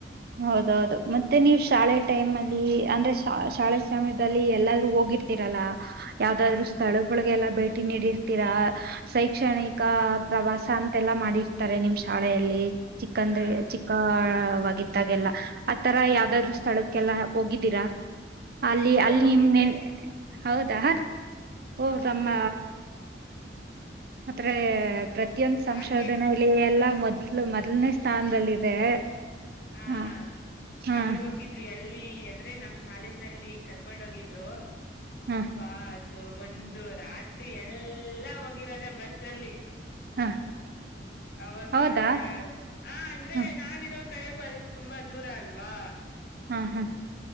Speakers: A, on the right; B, on the left.
A: ಹೌದೌದು ಮತ್ತೆ ನೀವು ಶಾಲೆ ಟೈಮ್ ಅಲ್ಲಿ ಅಂದ್ರೆ ಶಾಲೆ ಸಮಯದಲ್ಲಿ ಎಲ್ಲಾರ ಹೋಗ ರಲ್ಲ ಯಾವದಾದ್ರು
B: ಹಾ
A: ಸ್ಥಳಗಳಿಗೆಲ್ಲ ಭೇಟಿ ನೀಡಿರ್ತೀರಾ ಶೈಕ್ಷಣಿಕ ಪ್ರವಾಸ ಅಂತೆಲ್ಲಾ ಮಾಡಿರ್ತಾರೆ ನಿಮ್ ಶಾಲೆಯಲ್ಲಿ ಚಿಕ್ಕಂದ್ರೆ
B: ಹಾ
A: ಚಿಕ್ಕವಿದ್ದ ಗೊತ್ತಾಗೆಲ್ಲ ಆತರ ಯಾವ್ದಾದ್ರು ಸ್ಥಳಕ್ಕೆಲ್ಲ ಹೋಗಿದ್ದೀರಾ ಅಲ್ಲಿ
B: ಇಸ್ರೋಗ್
A: ಅಲ್ಲಿ
B: ಹೋಗಿದ್ದೆ
A: ನಿಮ್ ಹೌದಾ ಅದ
B: ಹೌದು
A: ನಮ್ಮ ಮತ್ರೆ ಪ್ರತಿಯೊಂದು ಸಂಶೋಧನೆಯಲ್ಲಿ
B: ರಾಕೆಟ್
A: ಎಲ್ಲಾ ಮೊದ್ಲು ಮೊದ್ಲನೇ ಸ್ಥಾನದಲ್ಲಿದೆ
B: ಹಾ
A: ಹ ಹಾ
B: ಅಲ್ಗ ಹೋಗಿದ್ವಿ ಅಲ್ಲಿ ಅಂದ್ರೆ ನಮ್ ಕಾಲೇಜ್ ನಲ್ಲಿ ಕರ್ಕೊಂಡ ಹೋಗಿದ್ರು
A: ಹಾ
B: ಅಬಾ ಒಂದು ರಾತ್ರಿ ಎಲ್ಲಾ ಹೋಗಿರೋದ ಬಸ್ ಅಲ್ಲಿ
A: ಹಾ
B: ಅವಾಗ
A: ಹೌದಾ
B: ಬ ಹ ಅಂದ್ರೆ
A: ಹಾ
B: ನಾವಿರೋ ಕಡೆಗೂ ಅದಕ್ ತುಂಬಾ ದೂರ ಅಲ್ವಾ
A: ಹಾ ಹಾ